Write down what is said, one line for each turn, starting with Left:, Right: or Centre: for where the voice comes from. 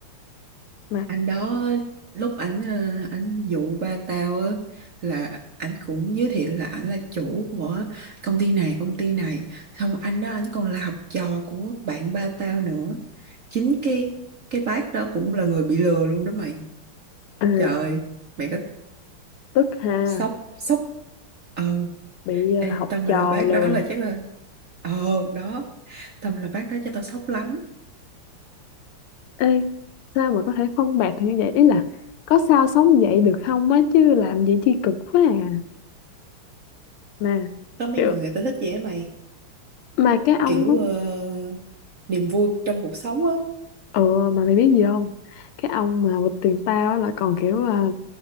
Left: mà
Right: anh đó lúc ảnh ờ, ảnh dụ ba tao á là ảnh cũng giới thiệu là ảnh là chủ của công ty này công ty này xong anh đó ảnh còn là học trò của bạn ba tao nữa chính cái cái bác đó cũng là người bị lừa luôn đó mày
Left: ờ,
Right: trời ơi, mày có
Left: tức ha
Right: sốc sốc ờ
Left: bị ờ,
Right: ê,
Left: học
Right: tao mà
Left: trò
Right: là bác
Left: lừa
Right: đó là chắc là ờ đó tao mà là bác đó cho tao sốc lắm
Left: ê sao mà có thể phong bạt thì như vậy ý là có sao sống vậy được không á chứ làm gì chi cực quá à mà
Right: có mấy
Left: kiểu
Right: người người ta thích vậy á mày
Left: mà cái ông
Right: kiểu ờ, niềm vui trong cuộc sống á
Left: Ừ mà mày biết gì không? Cái ông mà bịt tiền tao á là còn kiểu à,